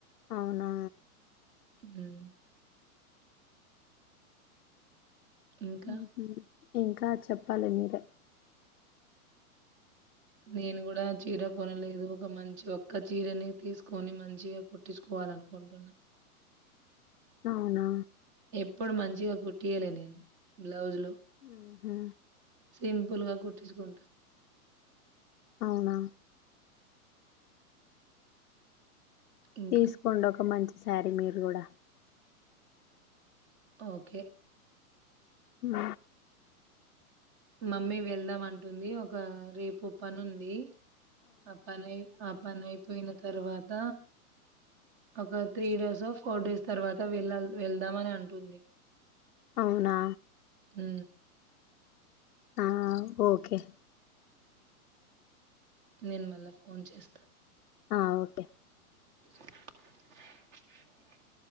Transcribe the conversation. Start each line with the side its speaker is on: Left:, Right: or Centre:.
Left: అవునా
Right: ఉమ్ ఇంకా
Left: హ్మ్ హు ఇంకా చెప్పాలి మీరే
Right: నేను కూడా చీర కొనలేదు ఒక మంచి ఒక్క చీరని తీసుకొని మంచిగా కుట్టించుకో వాల అనుకుంటున్నా
Left: అవునా
Right: ఇప్పుడు మంచిగా కుట్టియ్యాలే నేను బ్లౌజ్ లో
Left: ఊహు.
Right: సింపుల్ పులుగా కుట్టించుకుంటా
Left: అవునా
Right: ఇంకా
Left: తీసుకోండి ఒక మంచి శారీ మీరు కూడా
Right: ఓకే
Left: ఉమ్
Right: మమ్మీ వెళ్దాం అంటుంది ఒక రేపు పని ఉంది ఆ పని అయి ఆ పని అయిపోయిన తర్వాత ఒక త్రీ డేస్ ఓ ఫోర్ డేస్ తర్వాత త వెళ వెళ్దామని అంటుంది
Left: అవునా
Right: మ్
Left: ఆ ఓకే
Right: నేను మళ్ళా ఫోన్ చేస్తా
Left: ఆ ఓకే
Right: <inaudible>